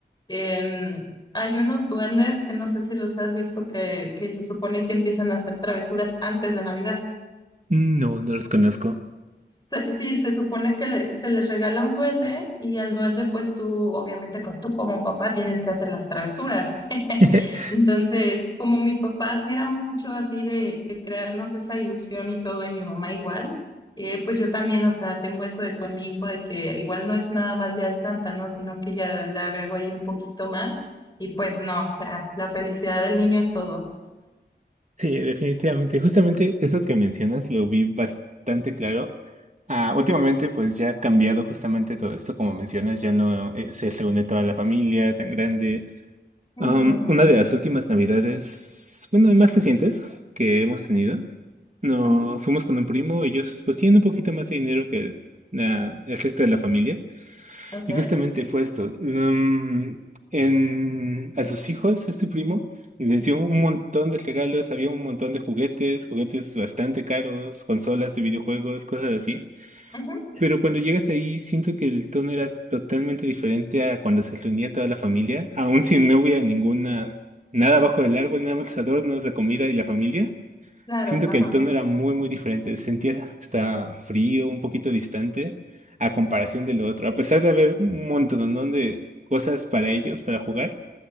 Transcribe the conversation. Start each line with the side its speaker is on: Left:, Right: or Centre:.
Left: em, hay unos duendes que no sé si los has visto que, que se supone que empiezan a hacer travesuras antes de Navidad.
Right: No, no los conozco.
Left: Se- sí, se supone que le- se les regala un duende y al duende pues tú obviamente con, tú como papá tienes que hacer las travesuras. <laughs>
Right: <laughs>
Left: Entonces, como mi papá sí era mucho así de, de crearnos esa ilusión y todo y mi mamá igual, eh, pues yo también, o sea, tengo eso de con mi hijo de que igual no es nada más ya el Santa, ¿no? Sino que ya le agrego ahí un poquito más y pues no, o sea, la felicidad del niño es todo.
Right: Sí, definitivamente. Justamente eso que mencionas lo vi bastante claro. Ah, últimamente, pues ya ha cambiado justamente todo esto, como mencionas, ya no eh, se reúne toda la familia tan grande.
Left: Ujú,
Right: Am, una de las últimas navidades, bueno, más recientes que hemos tenido, no
Left: ujú,
Right: fuimos con un primo, ellos pues tienen un poquito más de dinero que la, el resto de la familia.
Left: ok,
Right: Y justamente fue esto. mm, en, a sus hijos, este primo, les dio un montón de regalos, había un montón de juguetes, juguetes bastante caros, consolas de videojuegos, cosas así.
Left: ujú,
Right: Pero cuando llegas ahí, siento que el tono era totalmente diferente a cuando se reunía toda la familia, aun si no hubiera ninguna, nada bajo el árbol, nada más los adornos, la comida y la familia.
Left: claro,
Right: Siento
Left: ajá.
Right: que el tono era muy, muy diferente. Se Sentía hasta frío, un poquito distante a comparación de lo otro. A pesar de haber un montón, ¿no? de cosas para ellos, para jugar,